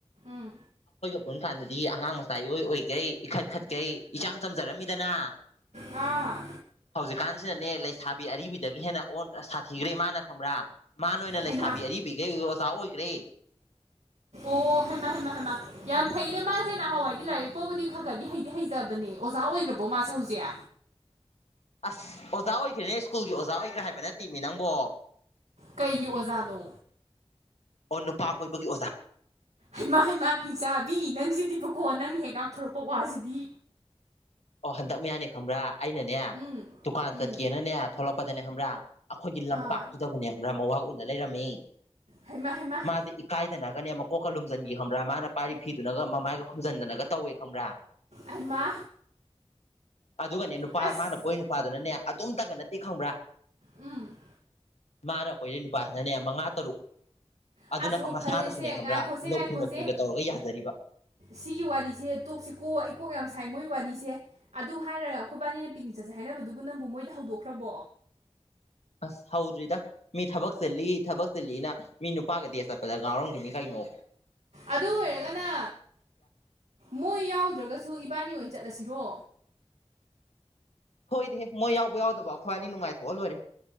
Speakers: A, on the right (about 80°); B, on the left (about 75°).
A: ꯎꯝ
B: ꯂꯨꯍꯣꯡ ꯀꯥꯟꯗꯗꯤ ꯑꯉꯥꯡ ꯃꯆꯥ ꯢꯑꯣꯏ ꯑꯣꯏꯒꯩ ꯏꯈꯠ ꯈꯠꯀꯩ ꯏꯆꯝ ꯆꯝꯖꯔꯝꯃꯤꯗꯅ
A: ꯑꯥ
B: ꯍꯧꯖꯤꯛꯀꯥꯟꯁꯤꯅꯅꯦ ꯂꯩꯁꯥꯕꯤ ꯕꯤ ꯑꯔꯤꯕꯗꯒꯤ ꯍꯦꯟꯅ ꯑꯣ ꯁꯥꯊꯤꯈ꯭ꯔꯦ ꯃꯥꯅ ꯈꯪꯕ꯭ꯔꯥ ꯃꯥꯅ ꯑꯣꯏꯅ ꯂꯩꯁꯥꯕꯤ
A: ꯍꯩꯃꯥ
B: ꯑꯔꯤꯕꯤꯒꯩ ꯑꯣꯖꯥ ꯑꯣꯏ ꯒ꯭ꯔꯦ
A: ꯑꯣ ꯍꯩꯃꯥꯍꯥꯏꯩꯃ ꯍꯥꯏꯃ ꯌꯥꯝ ꯐꯩꯅꯦ ꯃꯥꯁꯦ ꯅꯍꯥꯟꯋꯥꯏꯗꯤ ꯂꯥꯏꯔꯤꯛ ꯐꯥꯎꯕꯨꯗꯤ ꯈꯔ ꯈꯗꯤ ꯍꯩꯗꯤ ꯍꯩꯖꯕꯅꯦ ꯅꯦ ꯑꯣꯖꯥ ꯑꯣꯏꯒ꯭ꯔꯕꯣ ꯃꯥꯁꯦ ꯍꯧꯖꯤꯛ
B: ꯑꯁ ꯑꯣꯖꯥ ꯑꯣꯏꯈ꯭ꯔꯦ ꯁ꯭ꯀꯨꯜꯒꯤ ꯑꯣꯖꯥ ꯑꯣꯏꯒ꯭ꯔꯦ ꯍꯥꯏꯕ ꯅꯠꯇꯦ ꯃꯤ ꯅꯪꯕꯣ
A: ꯀꯩꯒꯤ ꯑꯣꯖꯥꯅꯣ
B: ꯑꯣ ꯅꯨꯄꯥ ꯀꯣꯏꯕꯒꯤ ꯑꯣꯖꯥ
A: ꯍꯩꯃꯥ ꯍꯩꯃꯥ ꯍꯤꯡꯆꯥꯕꯤ ꯅꯪꯁꯤꯗꯤꯕꯀꯣ ꯅꯪꯅ ꯍꯦꯛ ꯉꯥꯛꯊꯣꯔꯛꯄ ꯋꯥꯁꯤꯗꯤ
B: ꯑꯣ ꯍꯟꯗꯛ ꯃꯌꯥꯅꯦ ꯈꯪꯕ꯭ꯔꯥ ꯑꯩꯅꯅꯦ
A: ꯎꯝ
B: ꯗꯨꯀꯥꯟ
A: ꯎꯝ
B: ꯆꯠꯀꯦꯅꯅꯦ ꯊꯣꯛꯂꯛꯄꯗꯅꯦ ꯈꯪꯕ꯭ꯔꯥ ꯑꯩꯈꯣꯏꯒꯤ ꯂꯝꯄꯥꯛꯇꯨꯗꯕꯨꯅꯦ
A: ꯑꯥ
B: ꯈꯪꯕ꯭ꯔꯥ ꯃꯋꯥ ꯎꯅ ꯂꯩꯔꯝꯃꯦ
A: ꯍꯩꯃꯥ ꯍꯩꯃꯥ
B: ꯃꯥꯗꯤ ꯏꯀꯥꯏ ꯇꯅꯒꯅꯦ ꯃꯀꯣꯛꯀ ꯂꯨꯝꯖꯤꯟꯈꯤ ꯈꯪꯕ꯭ꯔꯥ ꯃꯥꯅ ꯄꯥꯏꯔꯤ ꯐꯤꯗꯨꯅꯒ ꯃꯃꯥꯏꯒ ꯈꯨꯝꯖꯤꯟꯗꯅꯒ ꯇꯧꯋꯦ ꯈꯪꯕ꯭꯭ꯔꯥ
A: ꯑꯩꯃꯥ
B: ꯑꯗꯨꯒꯅꯦ ꯅꯨꯄꯥ
A: ꯑꯁ
B: ꯃꯥꯅ ꯀꯣꯏ ꯅꯨꯄꯥꯗꯨꯅꯅꯦ ꯑꯗꯨꯝꯇꯒ ꯅꯠꯇꯦ ꯈꯪꯕ꯭ꯔꯥ
A: ꯎꯝ
B: ꯃꯥꯅ ꯀꯣꯏꯅꯔꯤ ꯅꯨꯄꯥꯁꯤꯅꯅꯦ ꯃꯉꯥ ꯇꯔꯨꯛ ꯑꯗꯨꯅ
A: ꯑꯁ ꯍꯣ
B: ꯀ
A: ꯐꯔꯦꯁꯦ
B: ꯃꯁꯥꯅꯁꯨꯅꯦ ꯈꯪꯕ꯭ꯔꯥ
A: ꯉꯥꯏꯈꯣꯁꯦ
B: ꯅꯣꯛꯐꯤ
A: ꯉꯥꯏꯈꯣꯁꯦ
B: ꯅꯣꯛꯐꯤꯒ ꯇꯧꯔꯒ ꯌꯥꯖꯔꯤꯕ
A: ꯁꯤꯒꯤ ꯋꯥꯔꯤꯁꯦ ꯇꯣꯛꯁꯤꯀꯣ ꯑꯩ ꯀꯣꯛ ꯌꯥꯝ ꯁꯥꯏ ꯃꯣꯏ ꯋꯥꯔꯤꯁꯦ ꯑꯗꯨ ꯍꯥꯏꯔꯒ ꯑꯩꯈꯣꯏꯕꯥꯏꯅꯤꯅ ꯄꯤꯛꯅꯤꯛ ꯆꯠꯁꯦ ꯍꯥꯏꯅꯕꯗꯨꯕꯨ ꯅꯪꯕꯨ ꯃꯣꯏꯗ ꯍꯧꯗꯣꯛꯈ꯭ꯔꯕꯣ
B: <inaudible> ꯑꯁ ꯍꯧꯗ꯭ꯔꯤꯗ ꯃꯤ ꯊꯕꯛ ꯆꯂꯤ ꯊꯕꯛ ꯆꯤꯜꯂꯤꯅ ꯃꯤ ꯅꯨꯄꯥꯒ ꯗꯦꯠ ꯆꯠꯄꯗ ꯉꯥꯎꯔꯝꯒꯤꯅꯤ ꯀꯩꯅꯣ ꯅꯣ
A: ꯑꯗꯨ ꯑꯣꯏꯔꯒꯅ ꯃꯣꯏ ꯌꯥꯎꯗ꯭ꯔꯒꯁꯨ ꯏꯕꯥꯅꯤ ꯑꯣꯏꯅ ꯆꯠꯂꯁꯤꯔꯣ
B: ꯍꯣꯏꯗꯍꯦ ꯃꯣꯏ ꯌꯥꯎꯕ ꯌꯥꯎꯗꯕ ꯑꯩꯈꯣꯏꯋꯥꯅꯤ ꯅꯨꯡꯉꯥꯏꯊꯣꯛꯑ ꯂꯣꯏꯔꯦ